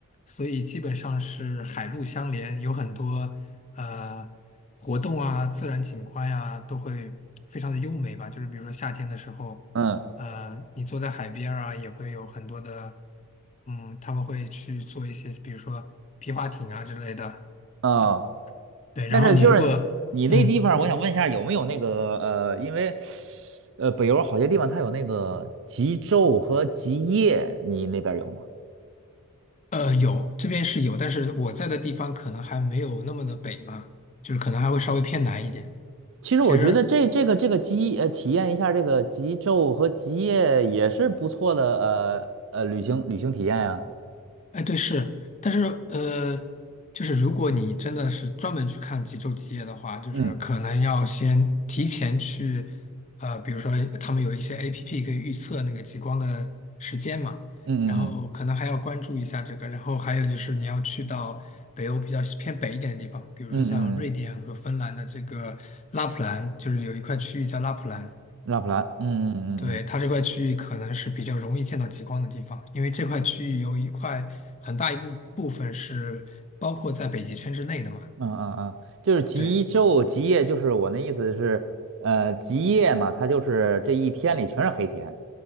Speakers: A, on the left; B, on the right.
A: 所以基本上是海陆相连，有很多呃活动啊、自然景观呀、都会非常的优美吧，就是比如说夏天的时候。
B: 嗯
A: 啊、你坐在海边儿啊，也会有很多的，嗯，他们会去做一些，比如说皮划艇啊之类的，
B: 嗯，啊。
A: 呃，对。然后你如果，
B: 但是就是你那地方，
A: 嗯，
B: 我想问一下有没有那个呃，因为呃北欧好些地方它有那个极昼和极夜，你那边有吗？
A: 呃，有这边是有，但是我在的地方可能还没有那么的北嘛，就是可能还会稍微偏南一点。
B: 其实我觉得这这个这个极呃体验一下这个极昼和极夜也是不错的
A: 其实
B: 呃呃旅行旅行体验呀、
A: 哎，对，是，但是呃，就是如果你真的是专门去看极昼极夜的话，就是可能要先提前去，
B: 嗯
A: 呃，比如说他们有一些 APP 可以预测那个极光的时间嘛，
B: 嗯嗯嗯
A: 然后可能还要关注一下这个，然后还有就是你要去到北欧比较偏北一点的地方，
B: 嗯嗯嗯，
A: 比如说像瑞典和芬兰的这个拉普兰，
B: 嗯嗯
A: 就是有一块区域叫拉普兰，
B: 拉普兰，嗯嗯嗯嗯。
A: 对，它这块区域可能是比较容易见到极光的地方，因为这块区域有一块很大一部部分是包括在北极圈之内的嘛。
B: 嗯嗯嗯，就是极昼极夜，
A: 对，
B: 就是我那意思是，呃，极夜嘛，它就是这一天里全是黑天，